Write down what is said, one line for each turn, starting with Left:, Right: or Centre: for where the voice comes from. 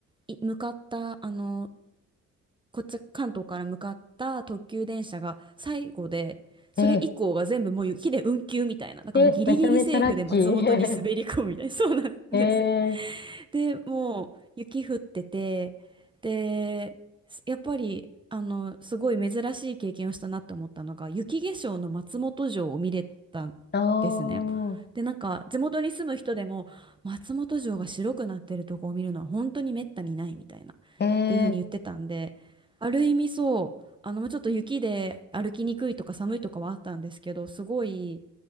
Right: い向かった、あのこっち関東から向かった特急電車が最後でそれ以降が全部もう雪で運休みたいななんかもうギリギリセーフで松本に滑り込むみたいなそうなんです
Left: えええ、めちゃめちゃラッキー。<laughs> ええ
Right: で、もう雪降ってて、で、すやっぱり、あの、すごい珍しい経験をしたなと思ったのが、雪化粧の松本城を見れたんですね。
Left: ああ、
Right: で、なんか、地元に住む人でも、松本城が白くなってるとこを見るのは本当に滅多にないみたいな、っ
Left: ええ
Right: ていうふうに言ってたんで、ある意味そう、あの、ちょっと雪で歩きにくいとか寒いとかはあったんですけど、すごい